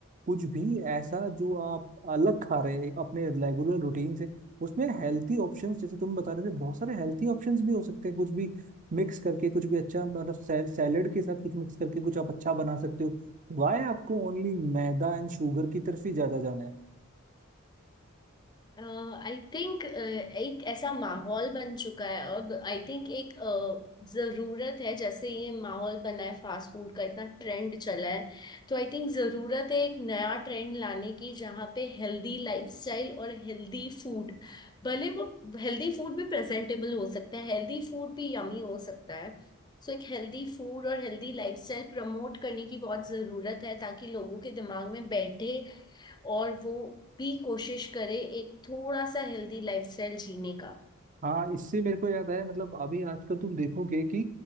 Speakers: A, on the right; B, on the left.
A: कुछ भी ऐसा जो आप अलग खा रहे हैं एक अपने रेगुलर रूटीन से उसमें हेल्थी ऑप्शंस जैसे तुम बता रहे थे बहुत सारे हेल्थी ऑप्शंस भी हो सकते हैं कुछ भी मिक्स करके कुछ भी अच्छा मतलब सैलेड के साथ कुछ मिक्स करके कुछ आप अच्छा बना सकते हो वाई आपको ओनली मैदा एंड शुगर की तरफ ही ज्यादा जाना है
B: आई थिंक एक ऐसा माहौल बन चुका है अब आई थिंक एक अ, जरूरत है जैसे ये माहौल बना है फास्ट फूड का इतना ट्रेंड चला है तो आई थिंक जरूरत है एक नया ट्रेंड लाने की जहाँ पे हेल्दी लाइफस्टाइल और हेल्दी फूड भले वो हेल्दी फूड भी प्रेजेंटेबल हो सकता है हेल्दी फूड भी यमी हो सकता है सो एक हेल्दी फूड और हेल्दी लाइफस्टाइल प्रमोट करने की बहुत जरूरत है ताकि लोगों के दिमाग में बैठे और वो भी कोशिश करे एक थोड़ा सा हेल्दी लाइफस्टाइल जीने का
A: हाँ इससे मेरे को याद आया मतलब अभी आजकल तुम देखोगे कि